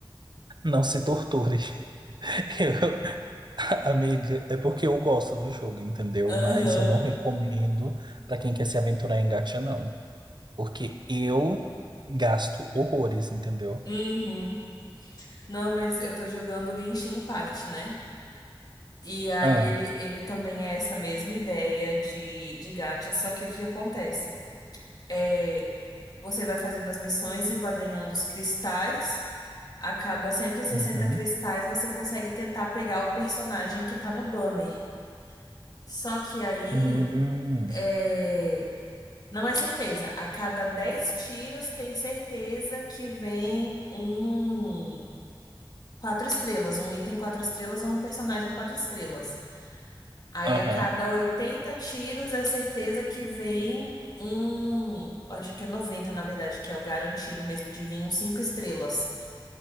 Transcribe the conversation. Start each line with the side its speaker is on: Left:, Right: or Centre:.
Right: Não se torture. <laughs> Eu- amiga, é porque eu gosto do jogo, entendeu?
Left: Aham.
Right: Mas eu não recomendo pra quem quer se aventurar em gacha, não. Porque eu gasto horrores, entendeu?
Left: Uhum. Não, mas eu tô jogando Genshin Impact, né? E aí
Right: Ah,
Left: ele, ele também é essa mesma ideia de, de gacha, só que o que acontece? É, você vai fazendo as missões e vai ganhando os cristais. A cada cento e sessenta
Right: uhum,
Left: cristais você consegue tentar pegar o personagem que tá no banner. Só que aí
Right: hum,
Left: é, não é certeza. A cada 10 tiros tem certeza que vem um quatro estrelas, um item quatro estrelas ou um personagem quatro estrelas. Aí
Right: aham,
Left: a cada 80 tiros é certeza que vem um, acho que é 90 na verdade, que é o garantido mesmo de vir um cinco estrelas.